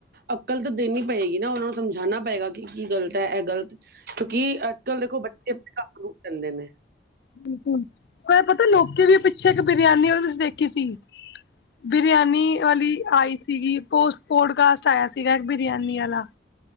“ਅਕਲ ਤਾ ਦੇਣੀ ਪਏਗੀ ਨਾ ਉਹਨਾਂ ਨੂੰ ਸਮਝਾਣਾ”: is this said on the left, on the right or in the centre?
Right